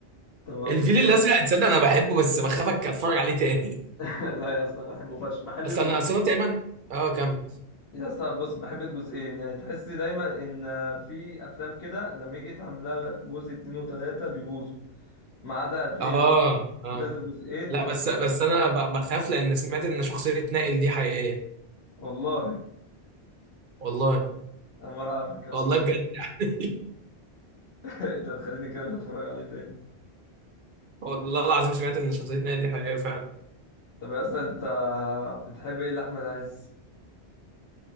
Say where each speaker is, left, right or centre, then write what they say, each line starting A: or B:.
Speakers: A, on the left; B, on the right.
A: تمام
B: الفيل الازرق تصدق انا بحبه بس بخاف أك- اتفرج عليه تاني
A: <laughs> لا يا اسطى انا بحبه فشخ
B: <laughs>
A: بحب
B: بس
A: الجزئين
B: انا اصلا تقريبا اه كم
A: يا اسطى بص بحب الجزئين يعني تحس دايما ان آه، في افلام كده لما يجي يتعمل لها جزء اتنين وتلاته بيبوظوا ما عدا الفيل
B: اه
A: الفيل
B: اه
A: الازرق جزئين
B: لا
A: جامدين
B: بس بس
A: فشخ
B: انا ب- بخاف لان سمعت ان شخصية نائل دي حقيقية
A: والله
B: والله
A: انا ما اعرف الكلام
B: والله
A: ده
B: بجد <laughs>
A: <laughs> انت تخليني كده مش هتفرج عليه تاني
B: والله العظيم سمعت ان شخصية نائل دي حقيقية فعلا
A: طب يا اسطى انت بتحب ايه لاحمد عز